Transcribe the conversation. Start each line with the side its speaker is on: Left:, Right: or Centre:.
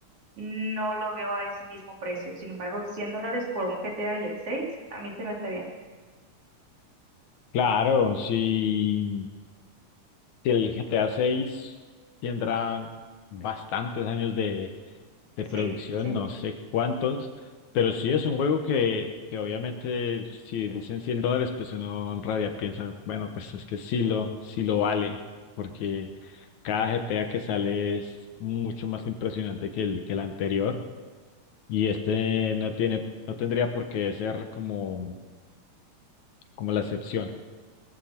Right: No lo veo a ese mismo precio. Sin embargo, 100 dólares por un GTA y el 6, a mí se me hace bien.
Left: Claro, si, si el GTA 6 tendrá bastantes años de, de producción,
Right: Sí, sí.
Left: no sé cuántos, pero sí es un juego que, que obviamente si dicen 100 dólares, pues uno en rabia piensa, bueno, pues es que sí lo, sí lo vale, porque cada G T A que sale es mucho más impresionante que el, que el anterior y este no tiene, no tendría por qué ser como, como la excepción.